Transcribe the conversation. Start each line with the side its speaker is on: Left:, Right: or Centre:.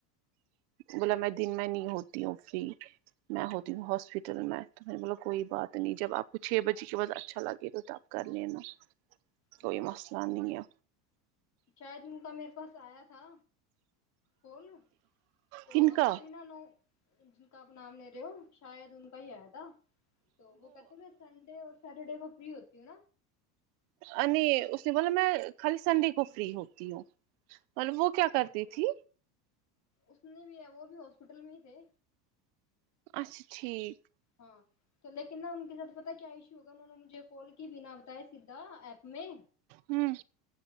Right: بولا میں دن میں نہیں ہوتی ہوں فری میں ہوتی
Left: ہاں
Right: ہوں ہاسپٹل میں تو میں نے بولا کوئی بات نہیں جب آپ کو چھ بجے کے بعد اچھا لگے تو تو آپ کر لینا
Left: ہاں
Right: کوئی مسئلہ نہیں ہے
Left: شاید ان کا میرے پاس آیا تھا کون تو
Right: کن
Left: ہماری
Right: کا
Left: نند جن کا آپ نام لے رہے ہو شاید ان کا ہی آیا تھا تو وہ کہتے نہ سنڈے اور سیٹرڈے کو فری ہوتی ہوں
Right: ا نے اس نے بولا میں خالی سنڈے کو فری ہوتی ہوں مطلب وہ کیا کرتی
Left: تو
Right: تھی
Left: اس نے بھی ہے وہ بھی ہاسپٹل میں ہی تھے
Right: اچھا ٹھیک
Left: ہاں تو لیکن نا ان کے ساتھ پتا ہے کیا ایشو ہوگا انہوں نے مجھے کال کی بنا پتا ہے سیدھا آپ میں
Right: ہوں